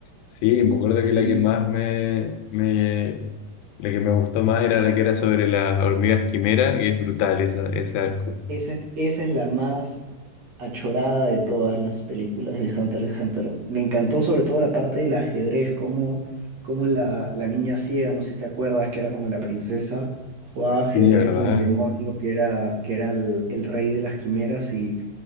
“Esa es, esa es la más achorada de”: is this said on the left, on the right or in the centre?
Right